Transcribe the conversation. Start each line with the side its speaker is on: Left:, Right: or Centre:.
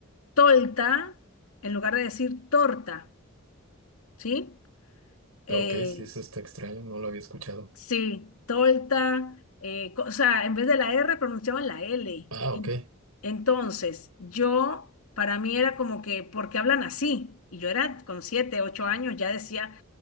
Left: tolta en lugar de decir torta, ¿sí? Eh,
Right: Ok, sí, eso está extraño, no lo había escuchado.
Left: Sí, tolta, eh, co- o sea, en vez de la R pronunciaban la L.
Right: Ah,
Left: En-
Right: ok.
Left: entonces, yo, para mí era como que, ¿por qué hablan así? Y yo era con siete, ocho años, ya decía,